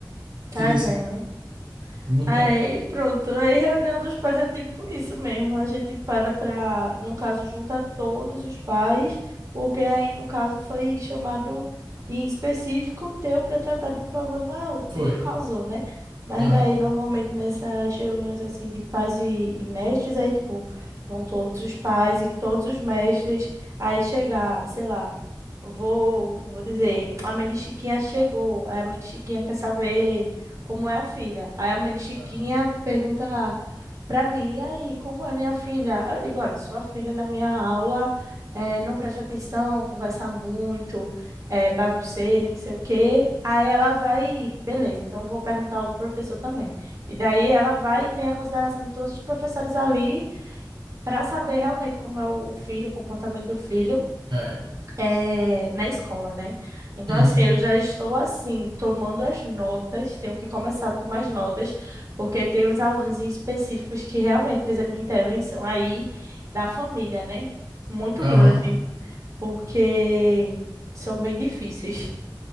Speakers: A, on the right; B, on the right.
A: Entendeu?
B: Tá vendo?
A: Muda.
B: Aí, pronto. Aí, reunião dos pais é tipo isso mesmo. A gente para pra, no caso, junta todos os pais, porque aí, no caso, foi chamado em específico o teu para tratar de um problema
A: Foi.
B: que tu causou, né? Mas
A: Aham.
B: daí, normalmente, nessas reuniões, assim, de pais e, e mestres, aí, tipo, vão todos os pais e todos os mestres. Aí, chegar, sei lá, vou, vou dizer, a mãe de Chiquinha chegou, aí a mãe de Chiquinha quer saber como é a filha. Aí a mãe de Chiquinha
A: aham.
B: pergunta para mim, e aí, como é minha filha? Eu digo, olha, sua filha na minha aula eh, não presta atenção, conversa muito, é bagunceira, e não sei o quê. Aí ela vai, beleza, então eu vou perguntar ao outro professor também. E daí ela vai e tem a consideração de todos os professores ali para saber realmente como é o o filho, o comportamento do filho
A: É.
B: é, na escola, né? Então,
A: Uhum.
B: assim, eu já estou, assim, tomando as notas, tenho que começar a tomar as notas, porque tem uns alunos em específicos que realmente precisam de uma intervenção aí da família, né? Muito
A: Aham.
B: grande, porque são bem difíceis.